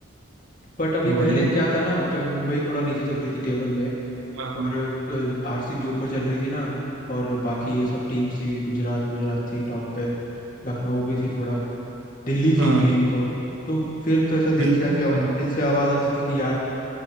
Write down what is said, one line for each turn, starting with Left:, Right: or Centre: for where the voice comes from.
Left: बट अभी पहले
Right: बॉलिंग
Left: क्या था ना जब मुंबई थोड़ा नीचे चल रही थी टेबल में
Right: हाँ
Left: और आरसीबी ऊपर चल रही थी ना और बाकी ये सब टीम्स थी गुजरात गुजरात थी टॉप पे लखनऊ भी थी थोड़ा दिल्ली
Right: हाँ
Left: थी मेन तो तो फिर तो ऐसा दिल
Right: दिल्ली
Left: से ऐसी आवा,
Right: हाँ
Left: दिल से आवाज आती थी कि यार